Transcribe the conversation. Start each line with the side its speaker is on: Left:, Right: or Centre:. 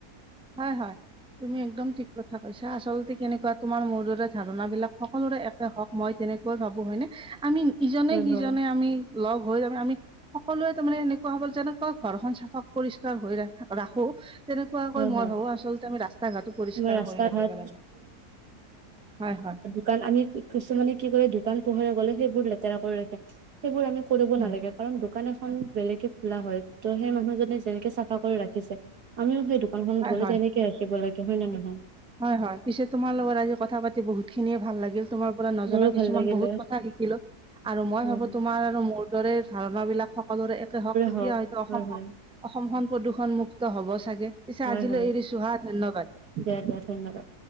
Centre: হয় হয়। তুমি একদম ঠিক কথা কৈছা আচলতে কেনেকুৱা তোমাৰ মোৰ দৰে ধাৰণা বিলাক সকলোৰে এক হওঁক মই তেনেকৈ ভাবোঁ হয়নে আমি ইজনে
Right: হয়
Centre: সিজনে
Right: হয়
Centre: আমি লগ হৈ আমি সকলোৱে তাৰমানে এনেকুৱা হ'বল যেনেকুৱা ঘৰখন চাফ পৰিষ্কাৰ হৈ ৰা ৰাখো তেনেকুৱা মই
Right: হয় হয়
Centre: ভাবো আচলতে আমি ৰাস্তা ঘটো পৰিষ্কাৰ
Right: আমাৰ ৰাস্তা
Centre: কৰি ৰাখিব
Right: ঘাট
Centre: লাগে হয় হয়।
Right: কাৰণ আমি কিছুমানে কি কৰে দোকান পোহৰে গ'লে সেইবোৰ লেতেৰা কৰি ৰাখে সেইবোৰ আমি কৰিব
Centre: হয়,
Right: নালাগে। কাৰণ দোকান এখন বেলেগে খোলা হয় ত' সেই মানুহজনে যেনেকে চাফা কৰি ৰাখিছে আমিও সেই খনত
Centre: হয়,
Right: গ'লে
Centre: হয়।
Right: তেনেকে ৰাখিব লাগে হয় নে নহয়।
Centre: হয় হয় পিছে তোমাৰ লগত আজি কথাতি বহুত খিনিয়ে ভাল লাগিল তোমাৰ পৰা নজনা
Right: মোৰো
Centre: কিছুমান
Right: ভাল লাগিলে
Centre: বহুত কথা শিকিলো আৰু
Right: হয়
Centre: মই ভাবো তোমাৰ আৰু মোৰ দৰে ধাৰণাবিলাক সকলোৰে একে হওঁক তেতিয়া
Right: হওক
Centre: হয়তো অসমখন
Right: হয় হয়
Centre: অসমখন প্ৰদূষণ মুক্ত হ'ব চাগে পিছে
Right: হয়
Centre: আজিলৈ
Right: হয়
Centre: এৰিছো হা ধন্যবাদ।
Right: দিয়া দিয়া ধন্যবাদ।